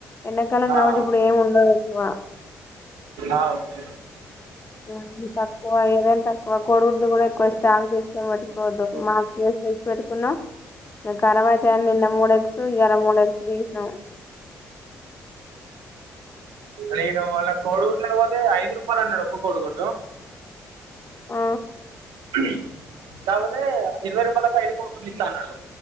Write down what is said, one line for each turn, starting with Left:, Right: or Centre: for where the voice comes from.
Left: ఎండాకాలం
Right: ఆ, ఆ.
Left: కాబట్టి ఇప్పుడ్ ఏం ఉండద్ ఎక్వ
Right: ఆ ఓకే
Left: అ మ్ తక్వ ఏదైన్ తక్వ కొడుగుడ్లు కూడా ఎక్కువ స్టాక్ తీసుకొని పెట్టుకోవద్దు మాకె తెచ్చ్ పెట్కున్నా ఇంక కరబైతై అని నిన్న మూడేగ్సూ ఇయలా మూడేగ్సూ తీస్నా
Right: నేను ఇవాళ్ళ కోడుగుడ్లకు పోతే ఐదు రూపాల్ అన్నాడ్ ఒక్క కోడుగుడ్డు
Left: ఆ
Right: కుమ్ కపోతే ఇర్వై రూపాలక్ ఐదు కోడిగుడ్లు ఇస్తా అన్నడు